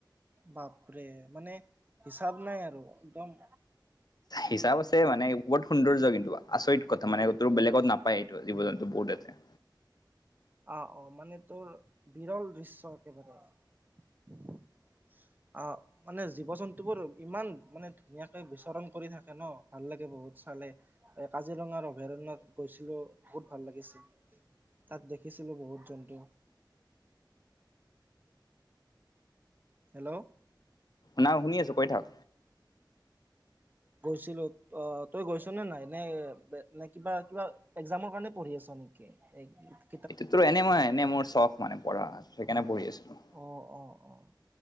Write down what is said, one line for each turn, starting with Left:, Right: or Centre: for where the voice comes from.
Right: বাপৰে মানে হিচাপ নাই আৰু একদম
Left: হিচাপ আছে মানে বহুত সৌন্দৰ্য কিন্তু আচৰিত কথা মানে তোৰ বেলেগত নাপায় এইটো জীৱ জন্তু বহুত লেতেৰা
Right: অ অ মানে তোৰ বিৰল দৃশ্য একেবাৰে অ মানে জীৱ জন্তু বোৰ ইমান মানে ধুনীয়াকে বিচৰণ কৰি থাকে ন ভাল লাগে বহুত চালে এ কাজিৰঙাৰ অভয়াৰণ্যত গৈছিলো বহুত ভাল লাগিছিল তাত দেখি ছিলো বহুত জন্তু হেল্ল'
Left: নাই শুনি আছো কৈ থাকক
Right: গৈছিলো অ তই গৈছ নে নাই নে নে কিবা কিবা একজামৰ কাৰণে পঢ়ি আছ নেকি এক গীত
Left: এটো তোৰ এনে মই এনে মোৰ চখ মানে পঢ়া সেইকাৰণে পঢ়ি আছিলো
Right: অ অ অ